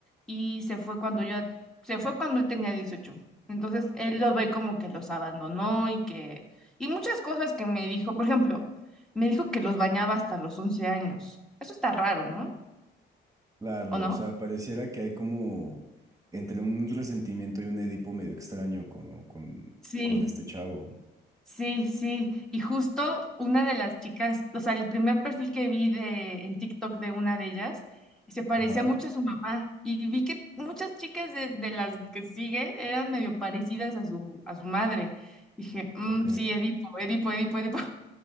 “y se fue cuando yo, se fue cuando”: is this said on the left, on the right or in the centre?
Centre